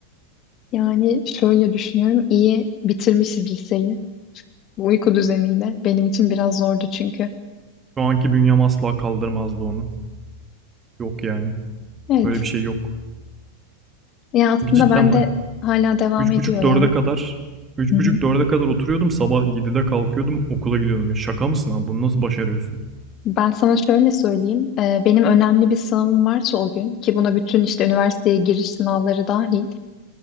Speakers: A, on the left; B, on the right.
A: yani şöyle düşünüyorum. iyi bitirmişiz liseyi. Bu uyku düzeniyle benim için biraz zordu çünkü.
B: Şu anki bünyem asla kaldırmazdı onu. Yok yani.
A: Evet.
B: Böyle bir şey yok.
A: Ya aslında
B: Çünkü cidden
A: ben
B: bak
A: de hala devam
B: üç
A: ediyor
B: buçuk dörde
A: ya.
B: kadar üç
A: Hı hı.
B: buçuk dörde kadar oturuyordum sabah 7'de kalkıyordum okula gidiyordum ya. Şaka mısın abi bunu nasıl başarıyorsun?
A: Ben sana şöyle söyleyeyim. Ee, benim önemli bir sınavım varsa o gün ki buna bütün işte üniversiteye giriş sınavları dahil